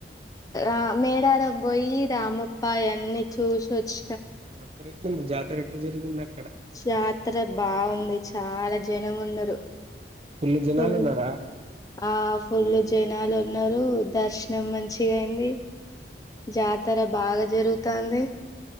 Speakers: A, on the left; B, on the right.
A: ఆ మేడారం పోయి రామప్ప అయ్యనీ చూసి వొచ్చి
B: అక్కడ ఎట్ల ఉంది జాతర ఎట్ల జరిగింద
A: జాత్రర బాగుంది చాలా జనం ఉన్నరు
B: ఫుల్లు జనాలు
A: ఫుల్
B: ఉన్నారా
A: ఆ ఫుల్లు జనాలు ఉన్నరు దర్శనం మంచిగ అయింది జాతర బాగా జరుగుతాంది